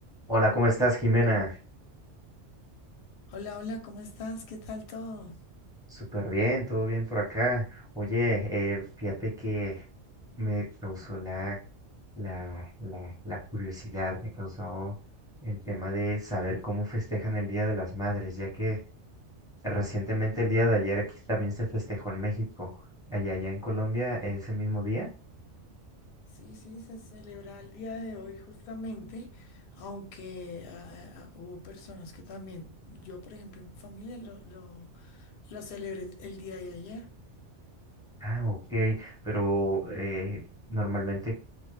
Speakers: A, in the centre; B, on the left.
A: Hola, ¿cómo estás, Jimena?
B: Hola, hola, ¿cómo estás? ¿Qué tal todo?
A: Súper bien, todo bien por acá. Oye, eh, fíjate que me causó la, la, la, la curiosidad, me causó el tema de saber cómo festejan el Día de las Madres, ya que recientemente el día de ayer aquí también se festejó en México. Allá, allá en Colombia es el mismo día.
B: Sí, sí, se celebra el día de hoy justamente, aunque ah, ah, ah, hubo personas que también, yo por ejemplo en familia lo, lo, lo celebré el día de ayer,
A: Ah, ok, pero eh, normalmente,